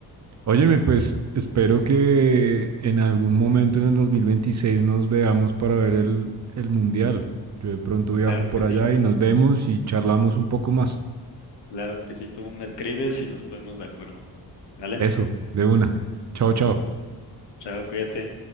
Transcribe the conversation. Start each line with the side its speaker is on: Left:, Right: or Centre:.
Right: Óyeme, pues espero que en algún momento en el 2026 nos veamos para ver el, el mundial. Yo de pronto viajo
Left: claro
Right: por
Left: que sí.
Right: allá y nos vemos y charlamos un poco más.
Left: Claro que sí, tú me escribes y nos ponemos de acuerdo. ¿Vale?
Right: Eso, de una. Chao, chao.
Left: Chao, cuídate.